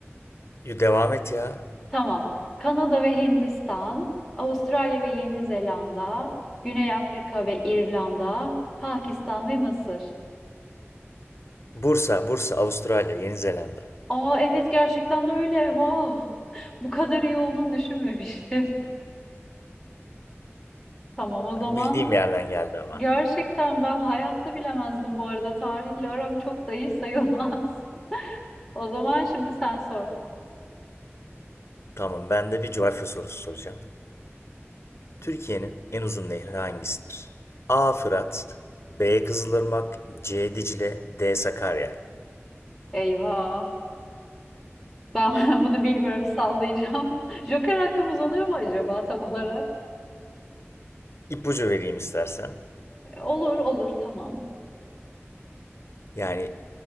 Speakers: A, on the left (about 65°); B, in the centre.
A: Yo, devam et ya.
B: Tamam. Kanada ve Hindistan, Avustralya ve Yeni Zelanda, Güney Afrika ve İrlanda, Pakistan ve Mısır.
A: Bursa, Bursa, Avustralya, Yeni Zelanda.
B: Aa evet gerçekten de öyle. Wow. <laughs> Bu kadar iyi olduğunu düşünmemiştim. <laughs> Tamam o zaman
A: Bildiğim yerden geldi ama.
B: gerçekten ben hayatta bilemezdim bu arada. Tarihle aram çok da iyi sayılmaz. <laughs> O zaman şimdi sen sor.
A: Tamam, ben de bir coğrafya sorusu soracağım. Türkiye'nin en uzun nehri hangisidir? A. Fırat, B. Kızılırmak, C. Dicle, D. Sakarya.
B: Eyvah. Ben <laughs> bunu bilmiyorum sallayacağım. <laughs> Joker hakkımız oluyor mu acaba tam olarak?
A: İpucu vereyim istersen.
B: E, Olur olur tamam.
A: Yani